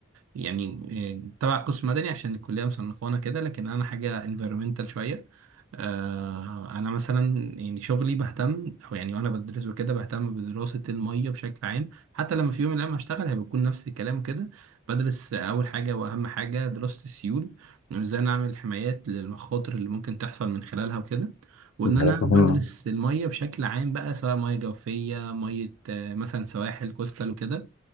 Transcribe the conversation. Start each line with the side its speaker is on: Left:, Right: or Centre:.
Right: يعني آه، تبع قسم مدني عشان الكلية مصنفانا كده لكن أنا حاجة environmental شوية آه، أنا مثلا يعني شغلي بهتم أو يعني وأنا بدرس وكده بهتم بدراسة المية بشكل عام حتى لما في يوم من الأيام هشتغل هيكون نفس الكلام كده بدرس أول حاجة وأهم حاجة دراسة السيول وإزاي نعمل حمايات للمخاطر اللي ممكن تحصل من خلالها وكده وان
Left: دي
Right: انا
Left: حاجات
Right: بدرس
Left: مهمة
Right: الميه بشكل عام بقى سواء ميه جوفيه ميه آه، مثلا سواحل كوستال وكده